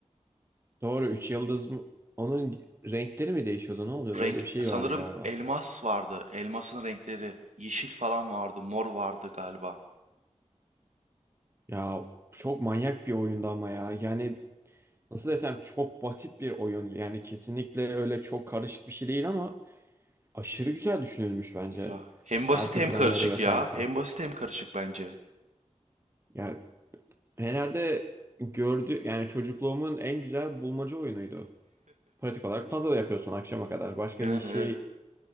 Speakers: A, on the right; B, on the right.
A: doğru 3 yıldız mı? Onun renkleri mi değişiyordu? Ne oluyordu?
B: Renk
A: Öyle bir şey
B: sanırım
A: vardı galiba.
B: elmas vardı. Elmasın renkleri yeşil falan vardı, mor vardı galiba.
A: Ya çok manyak bir oyundu ama ya. Yani nasıl desem çok basit bir oyun. Yani kesinlikle öyle çok karışık bir şey değil ama aşırı güzel düşünülmüş bence.
B: Ya hem basit
A: Arka
B: hem
A: planları
B: karışık
A: vesairesi.
B: ya. Hem basit hem karışık bence.
A: Yani herhalde gördü yani çocukluğumun en güzel bulmaca oyunuydu. Pratik olarak puzzle yapıyorsun akşama kadar. Başka
B: Yani
A: bir şey
B: evet.